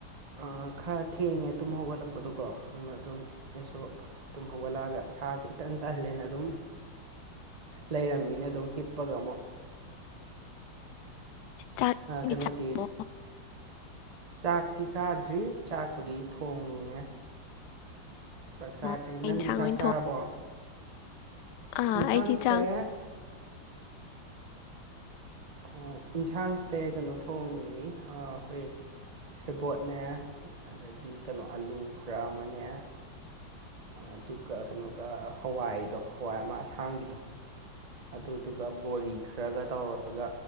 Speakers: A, on the right; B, on the left.
A: ꯑꯥ ꯈꯔ ꯊꯦꯡꯉꯦ ꯇꯨꯝ ꯍꯧꯒꯠꯂꯛꯄꯗꯣꯀꯣ ꯑꯗꯨꯅ ꯑꯗꯨꯝ ꯑꯩꯁꯨ ꯇꯨꯝ ꯍꯧꯒꯠꯂꯛꯑꯒ ꯏꯁꯥꯁꯦ ꯏꯇꯟ ꯇꯍꯜꯂꯦꯅ ꯑꯗꯨꯝ ꯂꯩꯔꯝꯃꯤꯅꯦ ꯑꯗꯨꯝ ꯍꯤꯞꯄꯒ ꯑꯃꯨꯛ
B: ꯆꯥꯛ ꯏꯁꯤꯡꯗꯤ
A: ꯀꯩꯅꯣꯗꯤ
B: ꯆꯥꯔꯕꯣ
A: ꯆꯥꯛꯇꯤ ꯆꯥꯗ꯭ꯔꯤ ꯆꯥꯛꯄꯨꯗꯤ ꯊꯣꯡꯉꯦ ꯆꯥꯛ ꯆꯥꯗ꯭ꯔꯤ
B: ꯑꯣ ꯀꯩ
A: ꯅꯪꯗꯤ
B: ꯏꯟꯁꯥꯡ
A: ꯆꯥꯛ
B: ꯑꯣꯏꯅ
A: ꯆꯥꯔꯕꯣ
B: ꯊꯣꯡ ꯑꯥ
A: ꯏꯟꯁꯥꯡꯁꯦ
B: ꯑꯩꯗꯤ ꯆꯥꯈ꯭ꯔꯦ ꯑꯥ
A: ꯑꯣ ꯏꯟꯁꯥꯡꯁꯦ ꯀꯩꯅꯣ ꯊꯣꯡꯉꯤ ꯑꯥ ꯑꯩꯈꯣꯏ ꯁꯦꯕꯣꯠꯅꯦ ꯑꯗꯒꯤ ꯀꯩꯅꯣ ꯑꯂꯨ ꯈꯔ ꯑꯃꯅꯦ ꯑꯗꯨꯒ ꯀꯩꯅꯣꯒ ꯍꯋꯥꯏꯗꯣ ꯍꯋꯥꯏ ꯑꯃ ꯑꯁꯥꯡꯕꯤꯗꯣ ꯑꯗꯨꯗꯨꯒ ꯕꯣꯔꯤ ꯈꯔꯒ ꯇꯧꯔꯒ